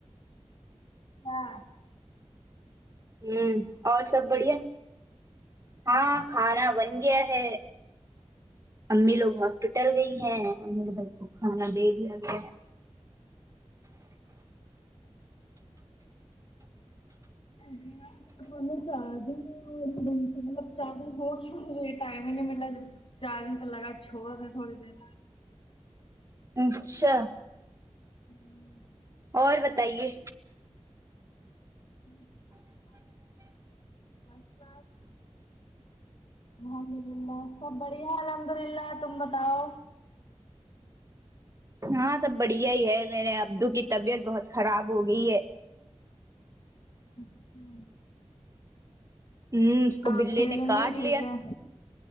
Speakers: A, on the left; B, on the right.
A: اچھا
B: ہمم اور سب بڑھیا ہاں کھانا بن گیا ہے امی لوگ ہسپتٹل گئی ہیں امیرے بھائی کو کھانا دے دیا گیا ہے
A: <unintelligible> میرے فون میں چارجنگ نہیں ہو رہی ڈھنگ سے مطلب چالو ہو کیوں نہیں ٹائم ہی نہیں ملا چارجنگ پے لگا چھوڑ دیں تھوڑی دیر
B: اچھا
A: آمم
B: اور بتائیے
A: <unintelligible> <unintelligible> الحمد للہ سب بڑھیا الحمد للہ تم بتاؤ
B: ہاں سب بڑھیا ہی ہے میرے ابدو کی طبیعت بہت خراب ہو گئی ہے
A: اچھا
B: ہمم اس کو
A: ہوا
B: بلے
A: کھیل
B: نے
A: ول
B: کاٹ
A: نہیں رہی
B: لیا
A: ہے کیا